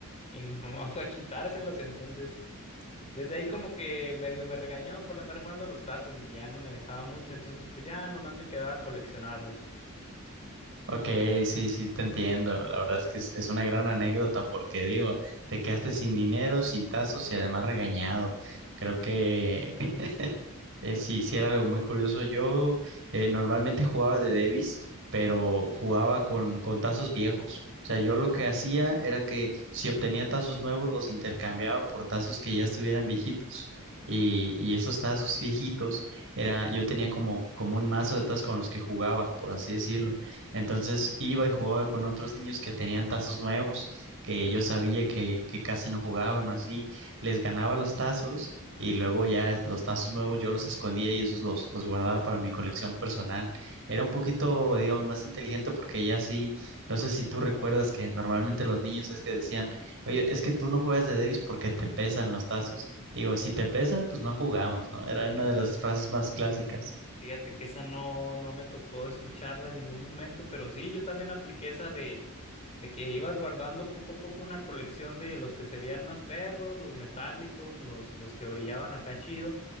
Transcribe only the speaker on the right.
Ok, sí, sí, te entiendo. La verdad es que es, es una gran anécdota porque digo, te quedaste sin dinero, sin tazos y además regañado. Creo que Eh, sí, sí era algo muy curioso. Yo eh, normalmente jugaba de Davis, pero jugaba con, con tazos viejos. O sea, yo lo que hacía era que si obtenía tazos nuevos, los intercambiaba por tazos que ya estuvieran viejitos. Y, y esos tazos viejitos era, yo tenía como, como un mazo de tazos con los que jugaba, por así decirlo. Entonces iba y jugaba con otros niños que tenían tazos nuevos, que yo sabía que, que casi no jugaban o así. Les ganaba los tazos y luego ya es- los tazos nuevos yo los escondía y esos los, los guardaba para mi colección personal. Era un poquito, digamos, más inteligente porque ya sí, no sé si tú recuerdas que normalmente los niños es que decían, oye, es que tú no juegas de Davis porque te pesan los tazos. Digo, si te pesan, pues no jugamos, ¿no? Era una de las frases más clásicas.